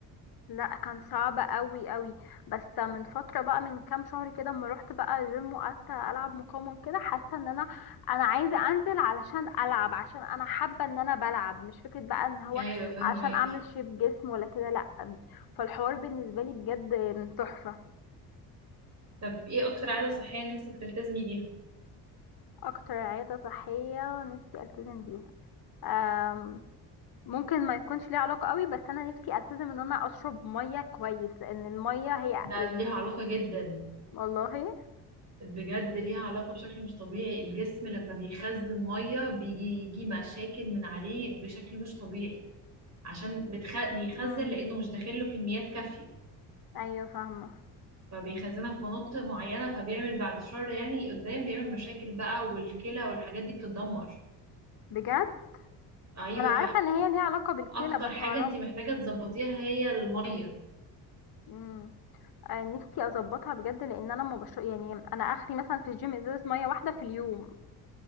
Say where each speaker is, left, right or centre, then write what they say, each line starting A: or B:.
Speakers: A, on the left; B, on the right.
A: لا كان صعب قوي قوي بس من فتره بقى من كام شهر كده اما رحت بقى جيم وقعدت العب مقاومه كده حاسه ان انا انا عايزه انزل علشان العب عشان انا حابه ان انا بلعب مش فكره بقى ان هو
B: ايوه فهماكي
A: عشان اعمل شيب جسم ولا كده لا فالحوار بالنسبه لي بجد تحفه
B: طب ايه اكتر عادة صحية نفسك تلتزمي بيها
A: اكتر عاده صحيه نفسي التزم بيها أم، ممكن ما يكونش ليه علاقه قوي بس انا نفسي التزم ان انا اشرب ميه كويس لان الميه هي يعني
B: ده ليها علاقة جدا
A: والله
B: بجد ليها علاقة بشكل مش طبيعي الجسم لما بيخزن مية بيجي يجي مشاكل من عليه بشكل مش طبيعي عشان بتخ... بيخزن
A: امم
B: لانه مش داخل له كميات كافية
A: ايوه فاهمه
B: فبيخزنها في مناطق معينة فبيعمل بعد شهر يعني قدام بيعمل مشاكل بقى والكلى والحاجات دي بتتدمر
A: بجد
B: ايوه
A: انا عارفه ان هي ليها علاقه بالكلى
B: فاكتر
A: بس
B: حاجة
A: معرفه
B: انت محتاجة تظبطيها هي المية
A: امم آه، نفسي اظبطها بجد لان انا ما بشرب يعني انا اخري مثلا في الجيم ازازه ميه واحده في اليوم